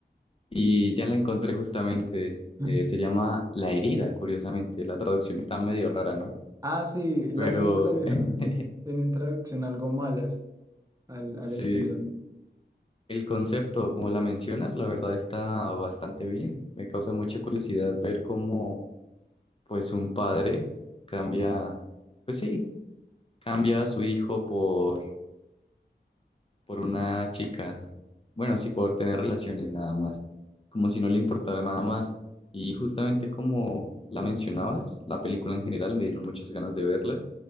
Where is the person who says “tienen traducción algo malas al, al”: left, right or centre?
Right